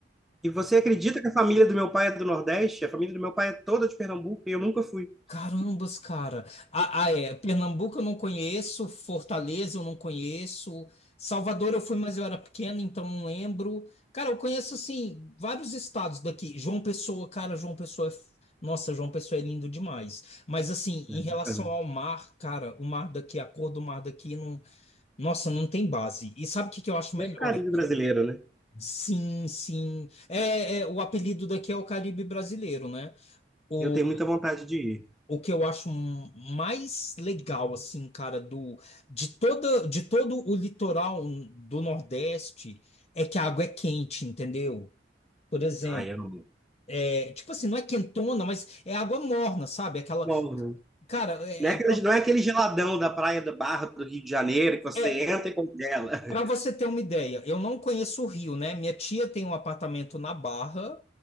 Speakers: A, in the centre; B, on the left.
A: E você acredita que a família do meu pai é do Nordeste? A família do meu pai é toda de Pernambuco e eu nunca fui.
B: Carambas, cara. Ah, ah, é. Pernambuco eu não conheço, Fortaleza eu não conheço, Salvador eu fui, mas eu era pequeno, então não lembro. Cara, eu conheço, assim, vários estados daqui. João Pessoa, cara, João Pessoa é. f- Nossa, João Pessoa é lindo demais. Mas, assim, em
A: É
B: relação
A: bacana.
B: ao mar, cara, o mar daqui, a cor do mar daqui, não... nossa, não tem base. E sabe o que que eu acho melhor
A: É o carinho
B: aqui?
A: brasileiro, né?
B: Sim, sim. É, é, o apelido daqui é o Caribe brasileiro, né? O
A: Eu tenho muita vontade de ir.
B: o que eu acho mais legal, assim, cara, do, de toda, de todo o litoral do Nordeste é que a água é quente, entendeu? Por exemplo,
A: Ai, eu não.
B: é, tipo assim, não é quentona, mas é água morna, sabe? Aquela,
A: Bom, né?
B: cara, é,
A: Não é
B: é,
A: aquele,
B: pra-
A: não é aquele geladão da Praia da Barra do Rio de Janeiro que você
B: é
A: entra e congela. <laughs>
B: Para você ter uma ideia, eu não conheço o Rio, né? Minha tia tem um apartamento na Barra,